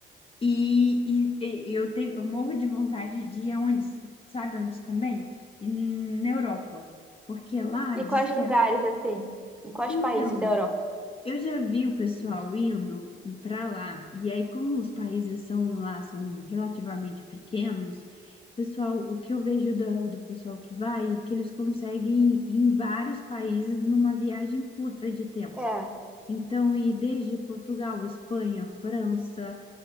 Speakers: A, on the left; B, in the centre.
A: E, e, e eu tenho, eu morro de vontade de ir aonde, sabe onde também? Em, na Europa, porque lá diz
B: E quais
A: que
B: lugares,
A: é.
B: assim? E quais
A: Então.
B: países da Europa?
A: Eu já vi o pessoal indo para lá, e aí, como os países são lá, são relativamente pequenos, pessoal, o que eu vejo da- do, pessoal que vai é que eles conseguem ir em vários países numa viagem curta de tempo.
B: É,
A: Então, ir desde Portugal, Espanha, França,